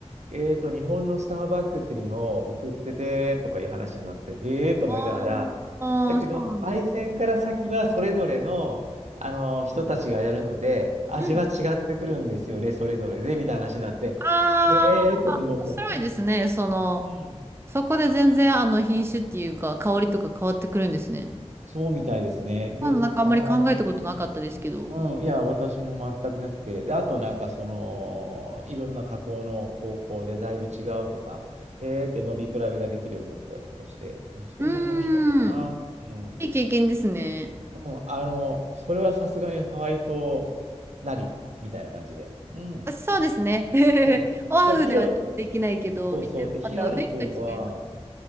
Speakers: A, on the right; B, on the right.
A: えーと、日本のスターバックスにも送っててとかいう話になって、へえーと思いながら、
B: あーあー、
A: だけど、
B: そうなんです。
A: 焙煎から先はそれぞれの、あの人たちがやるので、味は違ってくるんですよね、
B: うん。
A: それぞれで、みたいな話になって、
B: ああ、
A: へえーと思ったら、
B: 面白いですね。
A: そうそう。
B: その、
A: うん
B: そこで全然あの品種っていうか、香りとか変わってくるんですね。
A: そうみたいですね。で、
B: まだなんかあんまり考えたことなかったですけど。
A: ああ、なるほど。うん、いや、私も全くなくて。で、あとなんかその、いろんな加工の方法でだいぶ違うとか、へーって伸び比べができるようになったりとかして、うん、それも楽しかったかな。
B: うーん。
A: うん。
B: いい経験ですね。
A: うん、あの、それはさすがにハワイ島なり、みたいな感じで。うん、
B: あそうですね。<laughs>
A: そうですね。
B: オアフではちょっとできないけど、
A: で、ヒロ、そうそう。
B: みたいな。
A: で、ヒロの方は、
B: また雰囲気が違います。